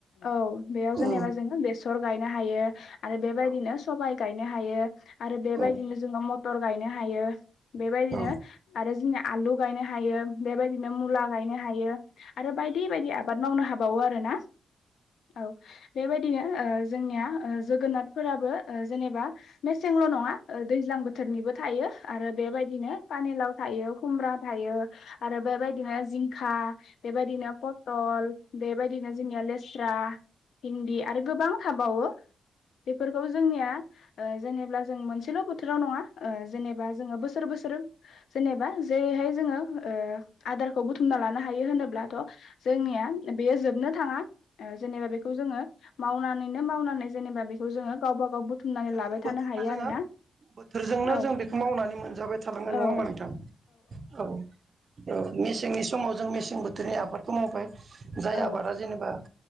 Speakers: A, on the left (about 75°); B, on the right (about 45°).
A: औ बेयाव
B: औ
A: जेनेबा जोङो बेसर गायनो हायो आरो बे बेबायदिनो
B: औ
A: सबाय गायनो हायो आरो बेबायदिनो
B: औ
A: जों मथर गायनो हा हायो बेबायदिनो
B: औ
A: आरो जोंनि आलु गायनो हायो। बेबायदिनो मुला गायनो हायो आरो बायदि बायदि आबाद मावनो हाबावो आरो ना। औ बेबायदिनो ओ जोंनिया जोगोनारफोराबो जेनेबा मेसेंल' नङा दैज्लां बोथोरनिबो थायो आरो बेबायदिनो पानिलाव थायो खुमब्रा थायो बेबायदिनो जिंखा बेबादिनो पथल बेबायदिनो जोंनिया लेस्रा भिन्दि आरो गोबां थाबावो बेफोरखौ जोंनिया जेनेबा जों मोनसेल' बोथोराव नङा जेनेबा जोङो बोसोर बोसोर जेनेबा जेरैहाय जोङो आदारखौ बुथुमना ल नो हायो होनोब्लाथ' जोंनिया बेयो जोबनो थाङा। जेनेबा बेखौ जोङो मावनानैनो मावनानै जेनेबा बेखौ जोङो गावबा गाव बुथुमनानै
B: बोथोरजों
A: लाबाय थानो हायो
B: जोङो
A: आरोना
B: बोथोरजोंनो
A: औ
B: जों बेखौ मावनानै मोनजाबाय थालांगोन
A: औ
B: नङा होमबा नोंथां औ औ। मेसेंनि समाव जों मेसें बोथोरनि आबादखौ मावबाय जाय
A: औ
B: आबादा जेनेबा